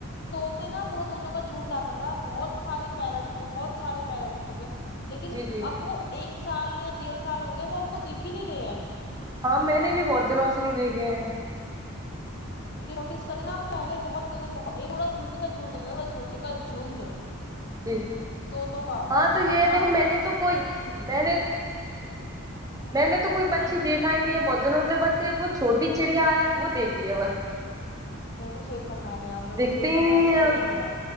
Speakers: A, on the left (about 50°); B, on the right (about 15°).
A: طوطے نا پورے طوطوں کا جھنڈ آتا تھا بہت سارے پیرٹ بہت سارے پیرٹ ہوتے تھے لیکن
B: جی جی
A: اب وہ ایک سال یا دیڑھ سال ہو گئے وہ ہم کو دیکھ ہی نہیں رہے ہیں
B: ہاں میں نے بھی بہت دنوں سے نہیں دیکھے ہیں
A: یہ نوٹس کرے نا آپ پہلے بہت ایک نہ جھنڈ کا جھنڈ ہوتا جھنڈ کا جھنڈ
B: جی
A: طوطوں کا
B: ہاں تو یہ
A: اور
B: دیکھو
A: اب طوطے
B: میں نے تو کوئی
A: ایک بھی نہیں
B: میں
A: ہے
B: نے میں نے تو کوئی پچھی
A: جی جی
B: دیکھا ہی نہیں ہے بہت دنوں بس ایک وہ چھوٹی چڑیا ہے وہ دیکھی ہے بس
A: بالکل صحیح فرما رہے ہیں آپ بالکل
B: دکھتے
A: صحیح فرمارے
B: ہی نہیں
A: ہیں
B: اب
A: یہی ہے